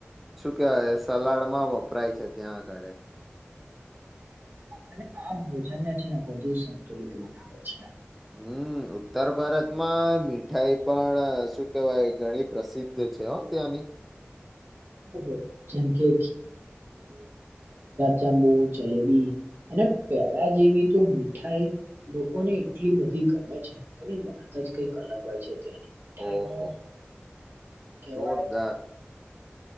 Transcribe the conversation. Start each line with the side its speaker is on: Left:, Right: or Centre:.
Centre: શું કેવાય સલાડમાં વપરાય છે ત્યાં આગળે.
Right: અને આ ભોજનને છે ને વધુ સંતુલિત બનાવે છે.
Centre: હમ. ઉત્તર ભારતમાં મીઠાઈ પણ શું કેવાય ઘણી પ્રસિદ્ધ છે હો ત્યાંની. <inaudible>
Right: ઓહો. જેમ કે જાંબુ, જલેબી અને પેડા જેવી તો મીઠાઈ લોકોને એટલી બધી ગમે છે તેની વાત જ કઈક અલગ હોય છે. ત્યાંની મીઠાઈનું
Centre: ઓહો હો
Right: કેવાય
Centre: જોરદાર